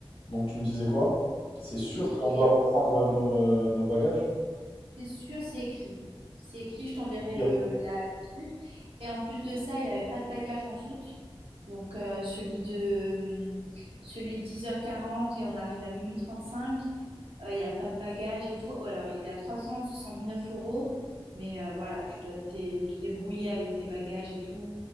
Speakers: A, on the left (about 85°); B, on the right (about 85°).
A: Donc tu me disais quoi? C'est sûr
B: outre
A: qu'on
B: qui
A: doit
B: est,
A: reprendre nos, euh, nos bagages?
B: c'est sûr, c'est écrit. C'est écrit, je t'enverrai
A: Pire.
B: le la, la truc. Et en plus de ça, il n'y avait pas de bagage en soute. Donc euh, celui de hum, celui de 10h40 et on arrive à minuit 35. Euh, il n'y a pas de bagage et tout. Oh, alors, il a 369 euros. Mais euh, voilà, tu dois te, te débrouiller avec tes bagages et tout.